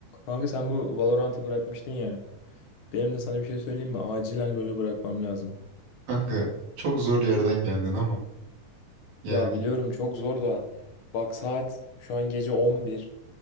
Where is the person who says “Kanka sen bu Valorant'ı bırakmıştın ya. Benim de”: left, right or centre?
Left